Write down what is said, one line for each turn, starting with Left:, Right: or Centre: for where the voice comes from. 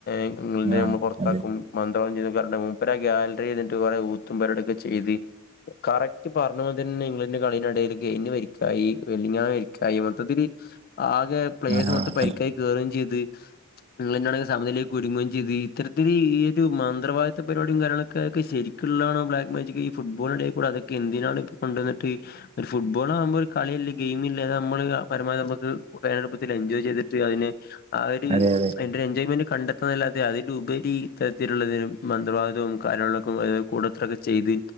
Left: ഇംഗ്ലണ്ടെനെ
Right: ആ
Left: നമ്മൾ പുറത്താക്കും
Right: അതെ
Left: ചെയ്ത് മൂപ്പര് ആ ഗാലറി ഇരുന്നിട്ട് കുറേ ഊത്തും പരുപാടിയൊക്കെ ചെയ്ത് കറക്റ്റ് പറഞ്ഞ പോല തന്നെ ഇംഗ്ലണ്ട് കളിക്കിടയിൽ കെയിനു പരിക്കായി വെല്ലിങ്ങാന് പരിക്കായി മൊത്തത്തില് ആകെ പ്ലേയസ്സ്
Right: ആ
Left: മൊത്ത് പ-
Right: അതെ
Left: ക്കാക്കുകയും ചെയ്ത് നിങ്ങൾെന്താണെങ്ക സമനിലയിലേക്ക് ഒരുങ്ങുകയും ചെയ്ത് ഇത്തരത്തില് ഈ ഒരു മന്ത്രവാദി പരിപടും കാര്യങ്ങളൊക്കെ ശരിക്കും ക്കാണോ ബ്ലാക്ക് മാജക് ഈ ഫുട്ബോളിന്റെഒക്കെ കൂടെ അതൊക്കെന്തിനാണ് എന്തിനാണ് കൊണ്ട് വന്നിട്ട് ഒരു ഫുട്ബോൾ ആകുമ്പോ ഒരു കളി- ഗെയിമില്ല അ നമ്മള് പരമാവധി നമുക്ക്ടുപ്പത്തിൽ എൻജോയ് ചെയ്തിട്ട് അതിനെ ആ ഒരു
Right: അതെ അതെ
Left: അതിന്റെ എൻജോയ്മെന്റ് കണ്ടെത്തുന്നല്ലാതെ അതിലേ ഉപരി ഇത്തരത്തിലുള്ളതിന് മന്ത്രവാദിവും കാര്യങ്ങളൊക്കെ കൂടത്രൊക്കെ ചെയ്ത്